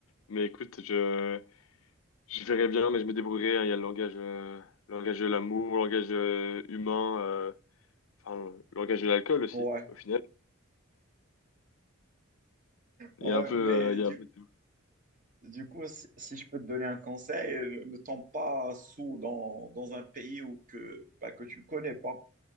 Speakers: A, on the left; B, on the right.
A: Mais écoute, je je verrai bien, mais je me débrouillerai. hein. Il y a le langage, euh, le langage de l'amour, le langage euh, humain, euh, enfin le langage de l'alcool aussi.
B: Ouais,
A: Au final, il
B: ouais,
A: y a un peu, euh,
B: mais
A: il y
B: du,
A: a un peu de tout.
B: du coup, si, si je peux te donner un conseil, euh, ne tombe pas sous dans, dans un pays où que, bah, que tu connais pas.